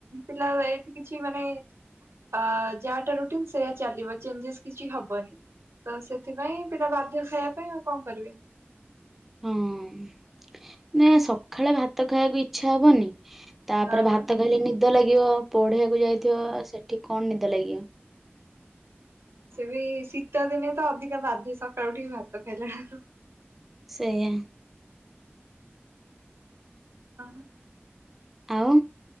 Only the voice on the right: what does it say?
ପିଲା ଏଠି କିଛି ମାନେ ଅ ଯାହାଟା ରୁଟିନ ସେଇୟା ଚାଲିବ ଚେଞ୍ଜେସ କିଛି ହବନି। ତ ସେଥିପାଇଁ ପିଲା ବାଧ୍ୟ ଖାଇବା ପାଇଁ ଆଉ କଣ କରିବି।
ନା
ବା
ସେ ବି ଶୀତ ଦିନେ ତ ଅଧିକା ବାଧେ ସକାଳୁ ଉଠି ଭାତ ଖାଇଲେ।
ହ